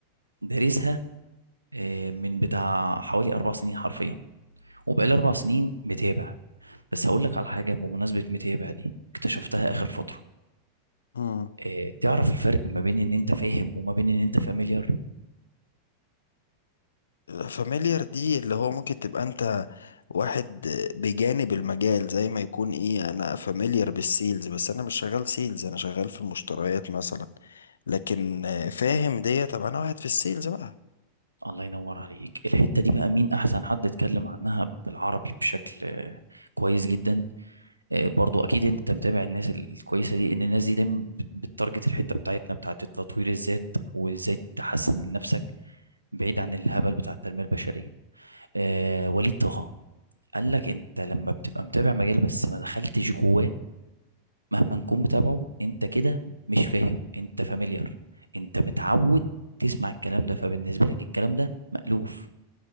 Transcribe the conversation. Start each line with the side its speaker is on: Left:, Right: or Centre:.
Right: دارسها آه، من بتاع حوالي اربع سنين حرفيا وبقالي أربع سنين متابع بس هقول لك على حاجة بمناسبة متابع دي اكتشفتها آخر فترة
Left: امم
Right: اه تعرف الفرق ما بين إن أنت فاهم وما بين إن أنت فاميليار
Left: فاميليار دي اللي هو ممكن تبقى انت واحد بجانب المجال زي ما يكون ايه انا فاميليار بالسيلز بس انا مش شغال سيلز انا شغال في المشتريات مثلا لكن آه، فاهم دي طب انا واحد في السيلز بقى
Right: الله ينور عليك الحتة دي بقى مين أحسن حد اتكلم عنها بالعربي بشكل آه، كويس جدا آه، برضو أكيد أنت متابع الناس الكويسة دي إن الناس دي دايما بت- بتتارجت الحتة بتاعتنا بتاعت تطوير الذات وإزاي تحسن من نفسك بعيد عن الهبل بتاع التنمية البشرية آه، وليد طه قال لك انت لما بتبقى متابع مجال بس ما دخلتش جواه مهما نكون بتابعه انت كده مش فاهم انت فاميليار انت متعود تسمع الكلام ده فبالنسبة لك الكلام ده مألوف